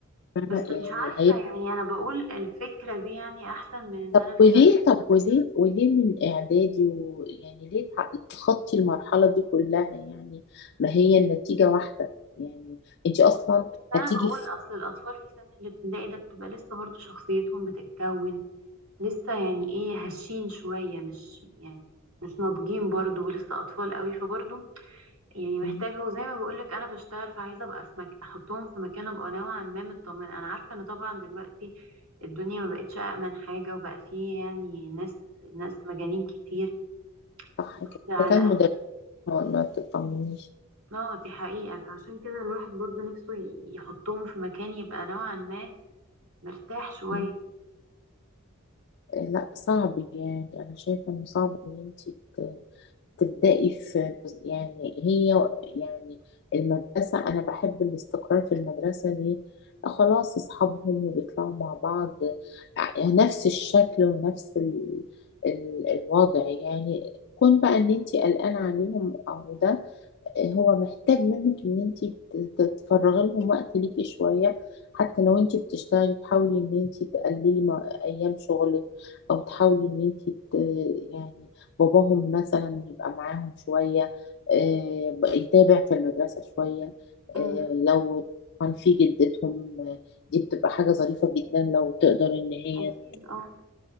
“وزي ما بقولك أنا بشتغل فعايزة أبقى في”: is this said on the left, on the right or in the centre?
Right